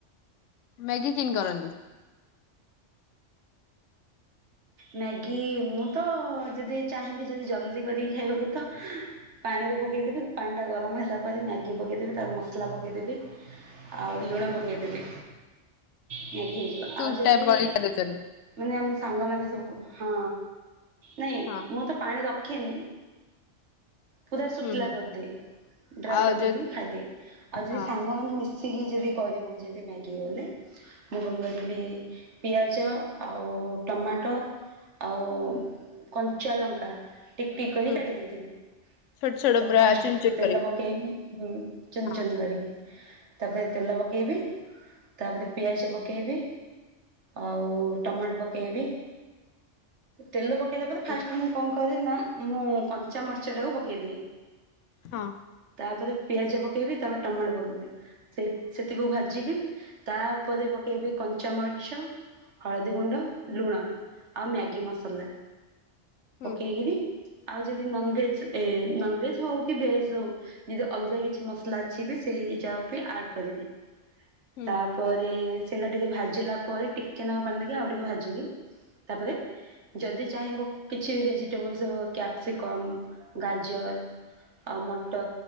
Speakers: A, on the left; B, on the right.
A: ମ୍ୟାଗି କିନ୍ କରନ୍ତି?
B: ମ୍ୟାଗି ମୁଁ ତ ଯଦି ଚାହିଁବି ଯଦି ଜଲଦି କରିକି ଖାଇବାକୁ ତ ପାଣିରେ ପକେଇ ଦେବି ପାଣି ଟା ଗରମ ହେଲା ପରେ ମ୍ୟାଗି ପକେଇ ଦେବି ତା ମସଲା ପକେଇ ଦେବି, ଆଉ ଲୁଣ ପକେଇ ଦେବି ମ୍ୟାଗି ହେଇଯିବ।
A: ସୁପ୍
B: ଆଉ ଯଦି
A: ଟାଇପ୍ କରିକି ଖାଇଦଉଛନ୍ତି
B: ମାନେ ଆମେ ସାଙ୍ଗମାନେ ସବୁ ହଁ। ନାଇଁ
A: ହଁ
B: ମୁଁ ତ ପାଣି ର ଖେନି। ପୁରା ଶୁଖିଲା
A: ହୁଁ ହୁଁ।
B: କରିଦିଏ ଡ୍ରାଏ
A: ଆଉ
B: କରଦିଏ
A: ଯୋଉ
B: ବି ଖାଇଦିଏ ଆଉ ଯଦି
A: ହଁ
B: ସାଙ୍ଗମାନେ ମିଶି ଶିକିି ଯଦି କରିବୁ ଯଦି ମ୍ୟାଗି ଗଲେ ମୁଁ କଣ କରିବି ପିଆଜ ଆଉ ଟମାଟୋ ଆଉ କଞ୍ଚା ଲଙ୍କା ଟିକଟିକ କରି
A: ହୁଁ
B: କାଟି ଦେଇଥିବି
A: ଛୋଟ ଛୋଟ
B: ତ
A: ପୁରା
B: ଫାଷ୍ଟ
A: ଚୁନ ଚୁନ
B: ତେଲ
A: କରିକି
B: ପକେଇବି ଉଁ ଚୁନ
A: ହଁ
B: ଚୁନ କରିକି। ତାପରେ ତେଲ ପକେଇବି, ତାପରେ ପିଆଜ ପକେଇବି ଆଉ ଟମାଟୋ ପକେଇବି, ତେଲ ପ ପକେଇଲା ପରେ ଫାଷ୍ଟ
A: ହୁଁ
B: ମୁଁ କଣ- କହିଦେ ନା ମୁଁ କଞ୍ଚା ମର୍ଚ୍ଚଟାକୁ ପକାଇଦିଏ।
A: ହଁ
B: ତାପରେ ପିଆଜ ପକେଇବି ତାପରେ ଟମାଟୋ ପକେଇବି ସେଥିକୁ ଭାଜିବି ତା ଉପରେ ପକେଇବି କଞ୍ଚାମରିଚ ହଳଦୀ ଗୁଣ୍ଡ ଲୁଣ ଆଉ ମ୍ୟାଗି ମସଲା
A: ହୁଁ
B: ପକେଇ କିରି ଆଉ ଯଦି ନନଭେଜ ଏ ନନଭେଜ ହଉ କି ଭେଜ ହଉ ଯଦି ଅଲଗା କିଛି ମସଲା ଅଛି ବି ସେଇ ଯାହା ବି ଆଡ୍ କରିବି।
A: ହୁଁ
B: ତାପରେ ସେଇଟା ଟିକେ ଭାଜିଲା ପରେ ଟିକେନାଙ୍କ ପାଣି ଦେଇକି ଆଉ ଟିକେ ଭାଜିବି। ତାପରେ ଯଦି ଚାହିଁବ କିଛି ଭେଜିଟେବଲ କ୍ୟାପ୍ସିକମ ଗାଜର ଆଉ ମଟର